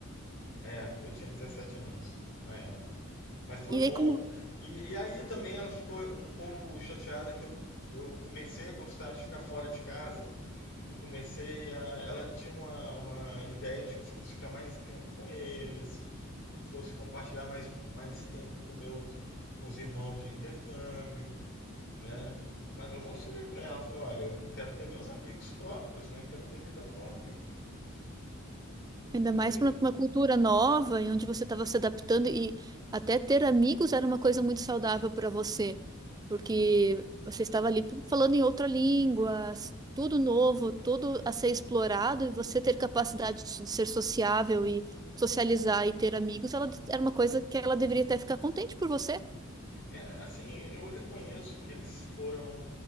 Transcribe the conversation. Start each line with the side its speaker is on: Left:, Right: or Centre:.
Left: é, eu tinha 17 anos na época. Mas foi
Right: E
Left: bom.
Right: aí, como
Left: E, e aí também ela ficou um pouco chateada que eu eu comecei a gostar de ficar fora de casa. Eu comecei a. Ela tinha uma, uma ideia de que eu fosse ficar mais tempo com eles, e fosse compartilhar mais, mais tempo com meus com os irmãos de intercâmbio, né? Mas eu mostrei para ela, falei, olha, eu quero ter meus amigos próprios, né? Quero ter vida própria.
Right: Ainda mais
Left: Ele,
Right: para uma cultura nova, em onde você estava se adaptando e até ter amigos era uma coisa muito saudável para você, porque você estava ali falando em outra língua, s- tudo novo, tudo a ser explorado, e você ter capacidade de s- de ser sociável e socializar e ter amigos, ela d- era uma coisa que ela deveria até ficar contente por você.
Left: É, assim, eu reconheço que eles foram